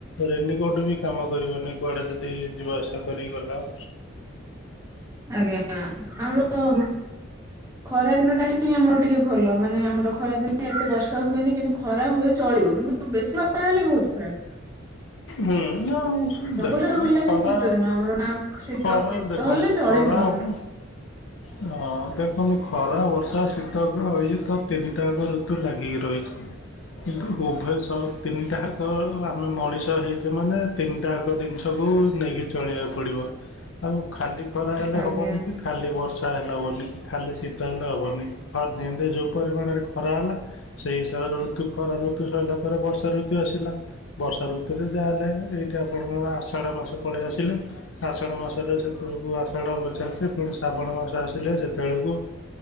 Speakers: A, on the left (about 70°); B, on the right (about 15°).
A: ରେନିକୋର୍ଟ ବି କାମ କରିବନି କୁଆଡେ ଯଦି ଯିବା ଆସିବା କରି ଗଲ।
B: ଆଜ୍ଞା ଆଉ ଖରା ଦିନ ଟା ହିଁ ଆମର ଟିକେ ଭଲ ମାନେ ଆମର ଖରା ଦିନେ ଏତେ ବର୍ଷା ହୁଏନି କିନ୍ତୁ ଖରା ହୁଏ ଚଳିବ କିନ୍ତୁ ବେଶୀ ବର୍ଷା ହେଲେ ବହୁତ ଖରାପ।
A: ହୁଁ ଆଉ
B: ସବୁଠାରୁ
A: ଦେଖନ୍ତୁ
B: ଭଲ ଲାଗେ
A: ଖରା
B: ଶୀତ ଦିନ ଆମର ନା ଶୀତ
A: ଖରା
B: ଶୀତ
A: ଦେଖନ୍ତୁ
B: ହେଲେ ଚଳିଯିବ
A: ଖରା
B: ଆମର
A: ଅବ ହଁ ଦେଖନ୍ତୁ ଖରା ବର୍ଷା ଶୀତ କୁ ଇଏତ ତିନି ଟାକ ଋତୁ ଲାଗିକି ରହିଛି କିନ୍ତୁ ଉଭୟ ସହୁ ତିନିଟାହାଙ୍କ ଆମେ ମଣିଷ ହେଇଛେ ମାନେ ତିନିଟାକ ଜିନିଷକୁୁ ନେଇକି ଚଳିବାକୁ ପଡିବ ଆଉ ଖାଲି ଖରା ହେଲେ
B: ଆଜ୍ଞା।
A: ହବନି କି ଖାଲି ବର୍ଷା ହେଲେ ହବନି, କି ଖାଲି ଶୀତ ହେଲେ ହବନି, ହଁ ଯେମିତି ଯୋଉ ପରିମାଣରେ ଖ ଖରା ହେଲା ସେଇ ହିସାବରେ ଋତୁ ଖରା ଋତୁ ସଇଲା ପରେ ବର୍ଷା ଋତୁ ଆସିଲା। ବର୍ଷା ଋତୁରେ ଯାହା ହେଲେ ଏଇଟି ଆପଣଙ୍କର ଆଷାଢ ମାସ ପଳେଇ ଆସିଲେ। ଆଷାଢ଼ ମାସରେ ସେତବେଳକୁ ଆଷାଢ ପ ଚାଲିଥିବ ପୁଣି ଶ୍ରାବଣ ମାସ ଆସିଲେ ସେତେବେଳକୁ